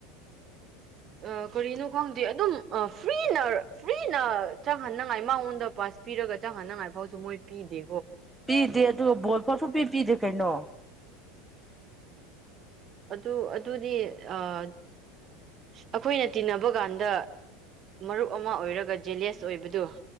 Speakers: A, on the right (about 40°); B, in the centre.
A: ꯑꯥ ꯀꯔꯤꯅꯣ ꯈꯪꯗꯦ ꯑꯗꯨꯝ ꯑꯥ ꯐ꯭ꯔꯤꯅ ꯐ꯭ꯔꯤꯅ ꯆꯪꯍꯟꯅꯤꯡꯉꯥꯏ ꯃꯉꯣꯟꯗ ꯄꯥꯁ ꯄꯤꯔꯒ ꯆꯪꯍꯅꯉꯥꯏꯐꯥꯎꯁꯨ ꯃꯣꯏ ꯄꯤꯗꯦ
B: ꯄꯤꯗꯦ ꯑꯗꯨ ꯕꯣꯜꯐꯥꯎ ꯁꯨꯄꯤ ꯄꯗꯦ ꯀꯩꯅꯣ
A: ꯑꯗꯨ ꯑꯗꯨꯗꯤ ꯑꯥ ꯑꯩꯈꯣꯏꯅ ꯇꯤꯟꯅꯕ ꯀꯥꯟꯗ ꯃꯔꯨꯞ ꯑꯃ ꯑꯣꯏꯔꯒ ꯖꯦꯂꯦꯁ ꯑꯣꯏꯕꯗꯨ